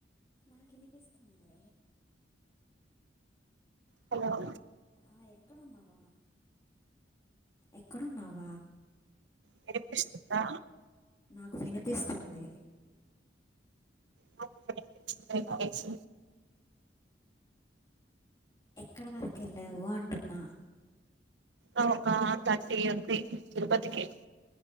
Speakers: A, on the left; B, on the right.
A: నాకినిపిస్తుందే.
B: హలో
A: ఆ ఎక్కడున్నావా, ఎక్కడున్నావా
B: వినిపిస్తుందా
A: నాకు వినిపిస్తుంది.
B: నాక్ ఇప్పుడు <unintelligible> వాయిస్
A: ఎక్కడ వరకు వెళ్లావు. అంటున్న
B: ఆ ఒక్క థర్టీ ఉంతే తిరుపతికి